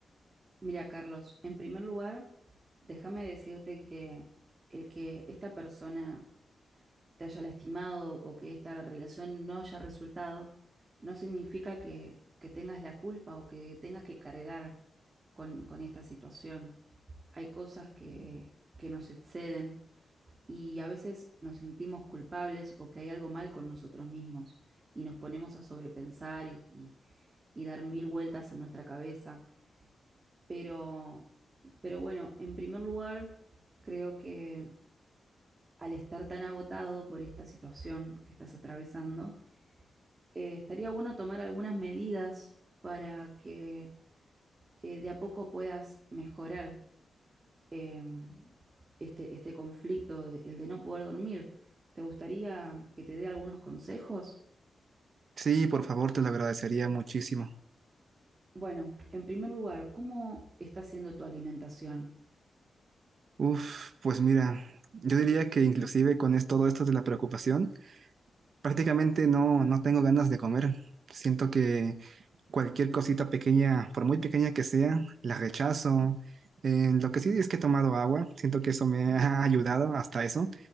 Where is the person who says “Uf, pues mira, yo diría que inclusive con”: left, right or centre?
Right